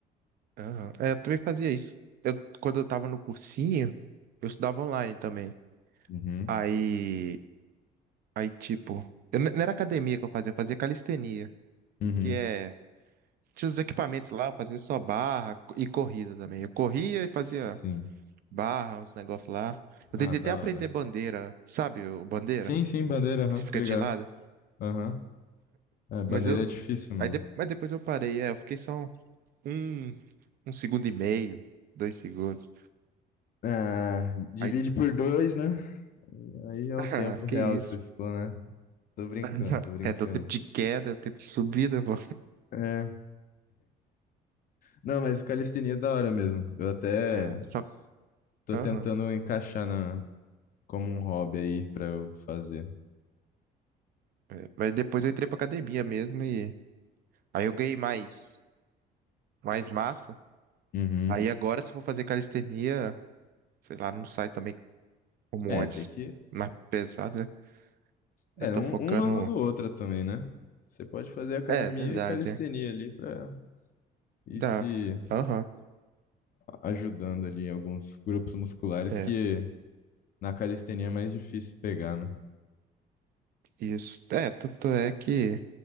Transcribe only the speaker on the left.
Uhum,
uhum,
sim.
Ah,
da
hora.
Sim, sim, bandeira, aham,
tô ligado.
Aham. É, bandeira
é difícil, mano.
Ah, divide
por dois, né? Aí
é o
tempo real
que você ficou, né? Tô brincando,
tô brincando.
É. Não, mas calistenia é da hora mesmo. Eu até
tô
tentando encaixar na como um hobby aí pra eu fazer.
Uhum.
É,
tem que.
É,
um,
um não anula o outro também, né? Você pode fazer academia
e calistenia
ali pra ir
se
ajudando ali em alguns grupos musculares
que na calistenia é mais difícil pegar, né?